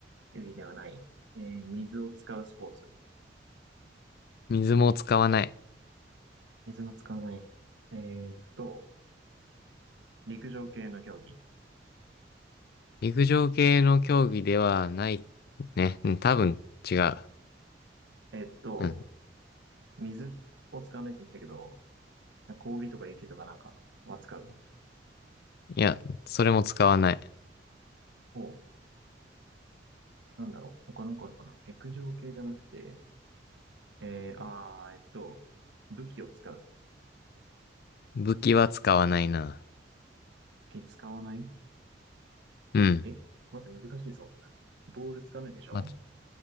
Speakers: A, on the right; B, on the left.
A: 球技ではない。えー水を使うスポーツ。
B: 水も使わない。
A: 水も使わない。えーっと、陸上系の競技。
B: 陸上系の競技ではない。ね。うん、多分違う。
A: えーっと、
B: うん。
A: 水を使わないって言ったけど、氷とか雪とかなんかは使う。
B: いや、それも使わない。
A: お、なんだろう。他のかあるかな。陸上系じゃなくて、えー、あー、えーっと、武器を使う。
B: 武器は使わないな。
A: 武器使わない
B: うん。
A: え待って、難しいぞ。ボール使わないでしょ
B: まあ、ち